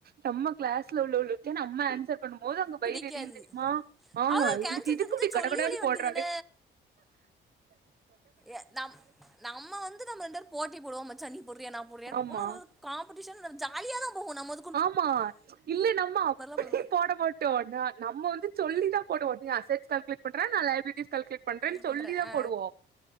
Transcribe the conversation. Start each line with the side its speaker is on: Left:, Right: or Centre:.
Right: நம்ம கிளாஸ்ல உள்ளவுளுக்கே நம்ம ஆன்சர் பண்ணும் போது அங்க
Centre: பிடிக்காது
Right: வயிறு எரியு தெரியுமா ஆ
Centre: அவளுக்கு
Right: இவளுக்கு
Centre: ஆன்சர்
Right: எதுக்கு
Centre: தெரிஞ்சா
Right: இப்டி கடகடனு
Centre: சொல்லி ஒழிய வேண்டியதான
Right: போட்றாலே
Centre: எ நம் நம்ம வந்து நம்ம ரெண்டு பேரு போட்டி போடுவோ மச்சா நீ போட்றியா நா போட்றியானு இப்ப
Right: ஆமா
Centre: மூனாவதுது காம்படீஷன் வரு ஜாலியாதா போகு நம்மது
Right: ஆமா இல்ல நம்ம அப்டி
Centre: பண்ண மாட்டோ
Right: போட மாட் டோ ந நம்ம வந்து சொல்லி தா போடுவோ நீ அஸச் கால்குலேட் பண்றா நா லயாபிலிடிஸ் கால்குலேட் பண்றேனு சொல்லி
Centre: பண்றே
Right: தா
Centre: ஆ
Right: போடுவோ